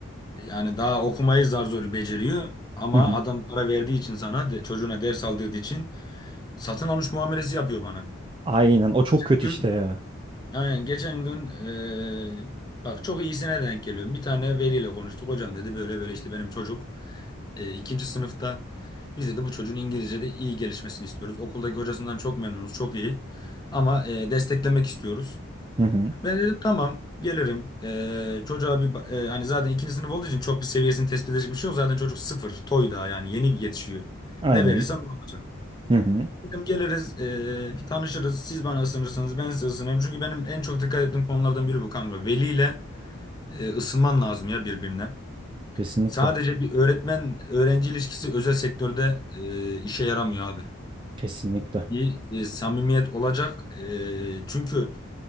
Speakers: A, on the left; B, on the right.
A: Yani daha okumayı zar zor beceriyor ama
B: Hı hı.
A: adam para verdiği için sana de, çocuğuna ders aldırdığı için satın almış muamelesi yapıyor bana.
B: Aynen o çok kötü
A: Gün,
B: işte ya.
A: yani geçen gün eee, bak çok iyisine denk geliyorum. Bir tane veliyle konuştuk. Hocam dedi böyle böyle işte benim çocuk eee, ikinci sınıfta biz dedi bu çocuğun İngilizce'de iyi gelişmesini istiyoruz. Okuldaki hocasından çok memnunuz çok iyi ama eee, desteklemek istiyoruz.
B: Hı hı.
A: Ben dedim tamam gelirim. Ee, çocuğa bir ba- e, hani zaten ikinci sınıf olduğu için çok bir seviyesini tespit edecek bir şey yok. Zaten çocuk sıfır. Toy daha yani yeni bir yetişiyor.
B: Aynen.
A: Ne verirsen o olacak.
B: Hı hı.
A: Dedim geliriz e, bir tanışırız. Siz bana ısınırsınız ben size ısınırım. Çünkü benim en çok dikkat ettiğim konulardan biri bu kanka. Veliyle e, ısınman lazım ya birbirine.
B: Kesinlikle.
A: Sadece bir öğretmen öğrenci ilişkisi özel sektörde e, işe yaramıyor abi.
B: Kesinlikle.
A: Bir e, samimiyet olacak. E, çünkü